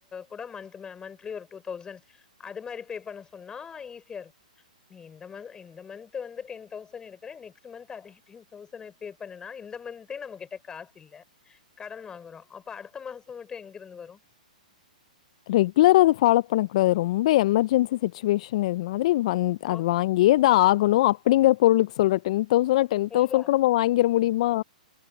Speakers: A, on the left; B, on the left.
A: கூட மந்த் மந்த்லி ஒரு டூ தௌசண்ட் அது மாரி பே பண்ண சொன்னா ஈஸியா இருக்கு நீ இந்த மந் நீ இந்த மந்த் வந்து டென் தௌசண்ட் எடுக்கறன் நெக்ஸ்ட் மந்த் அதே டென் தௌசண்ட் பே பண்ணனா இந்த மந்த்தே நம்ம கிட்ட காசு இல்ல கடன் வாங்குறோ அப்ப அடுத்த மாசம் மட்டு எங்க இருந்து வரும்
B: ரெகுலரா அது ஃபாலோ பண்ணக்க கூடாது ரொம்ப எமர்ஜென்சி சிச்சுவேஷன் இது மாதிர மாி வ அது
A: அப்ப
B: வாங்கிதா ஆகணு அ அப்டிங்கிற பொருளுக்கு சொல்ற டன் தௌசண்டா டென் தௌசண்க்கு
A: இல்ல.
B: நம்ம வாங்கிட முடியுமா